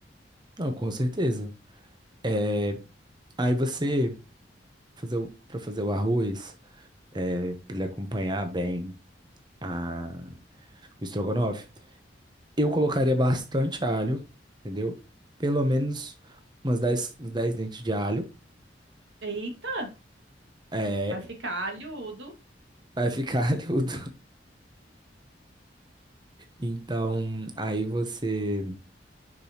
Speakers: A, on the right (about 25°); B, on the right (about 80°).
A: Não, com certeza. É, Aí você fazer o, para fazer o arroz, é, para ele acompanhar bem a, o estrogonofe, eu colocaria bastante alho, entendeu? Pelo menos umas 10, uns 10 dentes de alho.
B: Eita,
A: É,
B: vai ficar alhudo.
A: vai ficar <laughs> alhudo. Então, aí você